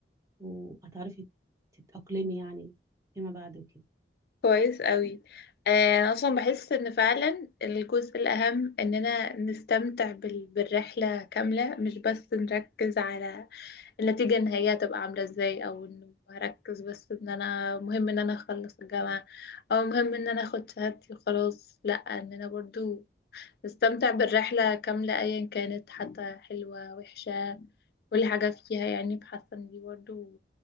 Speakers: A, on the right; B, on the left.
A: وهتعرفي تتأقلمي يعني فيما بعد وكده
B: كويس قوي آه، انا اصلا بحس ان فعلا الجزء الاهم اننا نستمتع بال- بالرحله كامله مش بس نركز على النتيجه النهائيه هتبقى عامله ازاي او انه هركز بس ان انا مهم ان انا اخلص الجامعه او مهم ان انا اخد شهادتي وخلاص لا اننا برضو نستمتع بالرحلة كاملة أيا كانت حتى حلوة وحشة كل حاجة فيها يعني بحاسة إن دي برضه